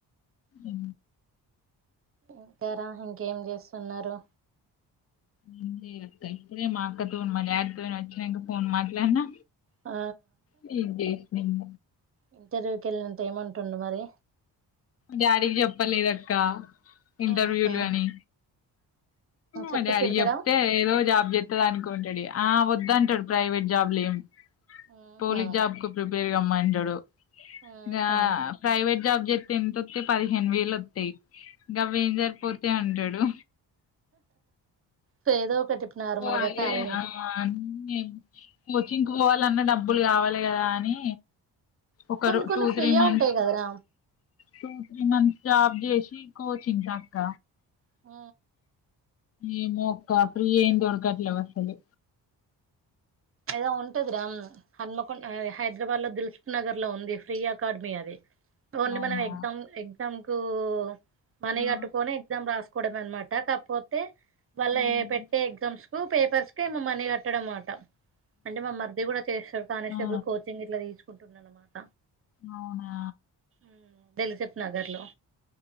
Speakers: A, on the left (about 35°); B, on the right (about 30°).
A: ఊ
B: ఇంకేరా ఇంకేం చేస్ తున్నారు
A: ఏం చేయలే అక్క ఇప్పుడే మా అక్క తోని మా డాడీ తోని వచ్చిన ఇంక ఫోన్ మాట్లాడినా
B: ఆ
A: నీకు చేసిన <inaudible>
B: ఇంటర్వ్యూకి వెళ్ళినంత ఏమంటుండు మరి
A: డాడీకి చెప్పలేదక్క ఇంటర్వ్యూలు
B: ఆహా
A: అని
B: చెప్తే
A: మా డాడికి
B: తిడతాడా
A: చెప్తే ఏదో జాబ్ చేత్తది అనుకుంటాడు ఇగ ఆ ఓ అంటారు ప్రైవేట్ జాబ్లు ఏం
B: ఆహా
A: పోలీస్ జాబ్ కి ప్రిపేర్ రమ్మంటాడు
B: ఆహా
A: గా ప్రైవేట్ జాబ్ చే టెంతోత్తై పదిహేను వేలు వొత్తయి గవేం జరిపోతయి అంటడ్ లు
B: కేదో ఒకటి ఇప్పుడు నార్మల్
A: ఓ అరే
B: గా కాలే
A: అ అన్ని కోచింగ్ పోవాలన్నా డబ్బులు కావాలి కదా అని ఒకరు
B: కొన్ని కొన్ని
A: టూ
B: ఫ్రీయే
A: త్రీ మంత్స్
B: ఉంటాయి కదరా
A: టూ త్రీ మంత్స్ జాబ్ చే చి కోచింగ్ కి అక్క
B: ఊ
A: ఏమో అక్క ఫ్రీ ఏం దొరకట్లేవు అసలు
B: ఏదో ఉంటదిరా మ్మ్ హన్మకొండ హైదరాబాద్ లో దిల్సుప్ నగర్ లో ఉంది ఫ్రీ అకాడమీ అది ఓన్లీ
A: అవునా
B: మనం ఎగ్జామ్ ఎగ్జామ్ కో మనీ
A: ఆ
B: కట్టుకోని ఎగ్జామ్ రాస్ కూడమే అనమాట కాకపోతే వాళ్ళ
A: మ్మ్
B: ఏ పెట్టే ఎగ్జామ్స్ పూ పేపర్స్ కే ఏమో మనీ కట్టడం అట అంటే మా మరిది కూడా చేస్తారు కానిస్టేబుల్
A: ఆ
B: కోచింగ్ ఇట్లా తీసు కుంటుండనమాట
A: అవునా
B: ఉమ్ దిల్సుప్ నగర్ లో